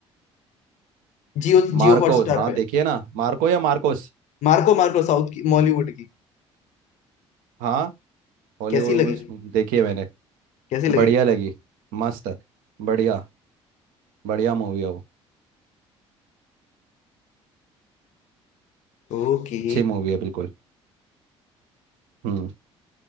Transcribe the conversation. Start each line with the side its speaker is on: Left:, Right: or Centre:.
Left: जियो
Right: मार्कोस
Left: जियो हॉटस्टार
Right: हाँ
Left: पे
Right: देखिए ना मार्को या मार्कोस
Left: मार्को मार्को साउथ की बॉलीवुड की
Right: हाँ हॉलीवुड
Left: कैसी लगी
Right: उस देखी है मैंने
Left: कैसी लगी
Right: बढ़िया लगी मस्त है बढ़िया बढ़िया मूवी है वो
Left: ओके
Right: अच्छी मूवी है बिल्कुल हम्म